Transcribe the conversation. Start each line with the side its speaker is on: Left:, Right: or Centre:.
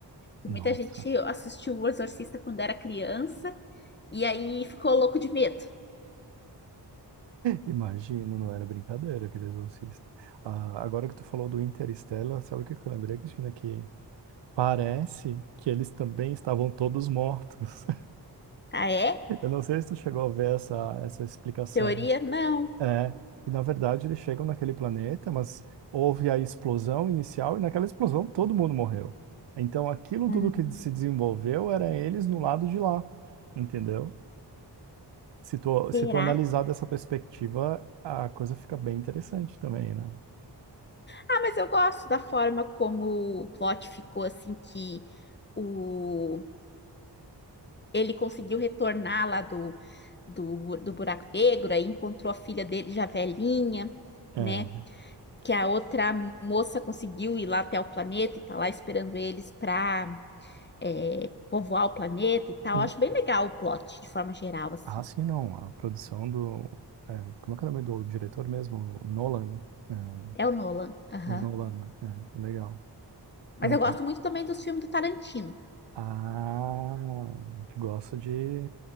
Left: que
Right: Nossa.
Left: muita gente assistiu O Exorcista quando era criança e aí ficou louco de medo.
Right: Imagino, não era brincadeira aquele exorcista. Ah, agora que tu falou do Interstellar, sabe o que que eu lembrei, Cristina? Que Parece que eles também estavam todos mortos.
Left: Ah, é?
Right: <laughs> Eu não sei se tu chegou a ver essa, essa explicação.
Left: Teoria? Não.
Right: É, e na verdade eles chegam naquele planeta, mas houve a explosão inicial e naquela explosão todo mundo morreu. Então aquilo
Left: Hum,
Right: tudo que se desenvolveu era eles no lado de lá, entendeu? Se tu,
Left: Será?
Right: se tu analisar dessa perspectiva, a coisa fica bem interessante também, né?
Left: Ah, mas eu gosto da forma como o plot ficou assim que o ele conseguiu retornar lá do, do, do buraco negro, aí encontrou a filha dele já velhinha,
Right: É.
Left: né? Que a outra moça conseguiu ir lá até o planeta e tá lá esperando eles para é, povoar o planeta e tal.
Right: Hum.
Left: Eu acho bem legal o plot, de forma geral, assim.
Right: Ah, sim, não. A produção do. é, como é que é o nome do diretor mesmo? O Nolan. né? É.
Left: É o Nolan. Aham.
Right: É do Holanda. É, legal.
Left: Mas
Right: Não
Left: eu gosto
Right: tem.
Left: muito também dos filmes do Tarantino.
Right: Ah, gosto de